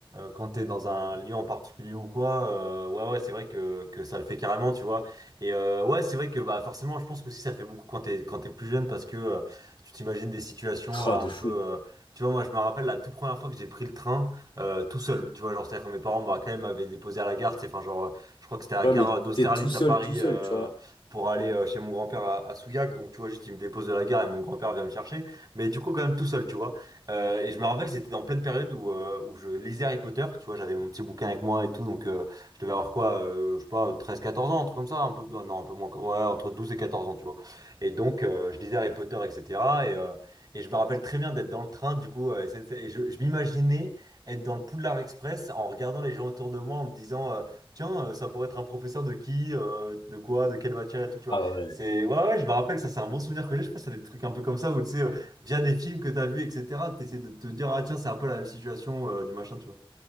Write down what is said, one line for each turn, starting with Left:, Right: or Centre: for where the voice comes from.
Right: quand t'es dans un lieu en particulier ou quoi, euh, ouais, ouais, c'est vrai que, que ça le fait carrément, tu vois. Et euh, ouais, c'est vrai que bah, forcément, je pense que aussi ça le fait beaucoup quand t'es, quand t'es plus jeune parce que euh, tu t'imagines des situations euh,
Left: Oh,
Right: un
Left: de fou.
Right: peu. euh, tu vois, moi, je me rappelle la toute première fois que j'ai pris le train euh, tout seul, tu vois. Genre, c'est-à-dire que mes parents, bah, quand même, m'avaient déposé à la gare, c'est enfin, genre, euh, je crois que c'était à la
Left: Ouais,
Right: gare
Left: mais
Right: d'Austerlitz
Left: t'es tout seul,
Right: à Paris
Left: tout seul,
Right: euh,
Left: tu vois.
Right: pour aller euh, chez mon grand-père à, à Souillac. Donc, tu vois, juste, il me dépose de la gare et mon grand-père vient me chercher. Mais du coup, quand même, tout seul, tu vois. Euh, et je me rappelle, c'était en pleine période où, euh, où je lisais Harry Potter, tu vois, j'avais mon petit bouquin avec moi et tout, donc euh, je devais avoir quoi, euh, je sais pas, treize, quatorze ans, un truc comme ça, un peu, non, un peu moins, ouais, entre 12 et 14 ans, tu vois. Et donc, euh, je lisais Harry Potter, etc. Et, euh, et je me rappelle très bien d'être dans le train, du coup, euh, SNCF, et je, je m'imaginais être dans le Poudlard Express en regardant les gens autour de moi, en me disant, euh, tiens, euh, ça pourrait être un professeur de qui, euh, de quoi, de quelle matière et tout, tu
Left: Ah
Right: vois.
Left: ouais.
Right: C'est, ouais, ouais, je me rappelle, ça, c'est un bon souvenir que j'ai, je sais pas, ça des trucs un peu comme ça, où tu sais, euh, via des films que t'as vus, etc., t'essaies de te dire, ah tiens, c'est un peu la même situation euh, du machin, tu vois.